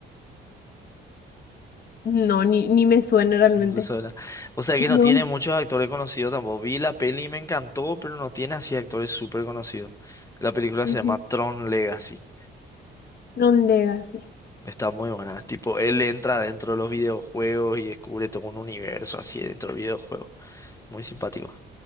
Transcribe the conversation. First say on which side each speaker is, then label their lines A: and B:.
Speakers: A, on the left; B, on the left.
A: No, ni, ni me suena realmente.
B: No te suena. O sea
A: No.
B: que no tiene muchos actores conocidos tampoco. Vi la peli y me encantó, pero no tiene así actores súper conocidos. La película
A: Ujú.
B: se llama Tron Legacy.
A: Non Legacy.
B: Está muy buena. Tipo, él entra dentro de los videojuegos y descubre todo un universo así dentro del videojuego. Muy simpático.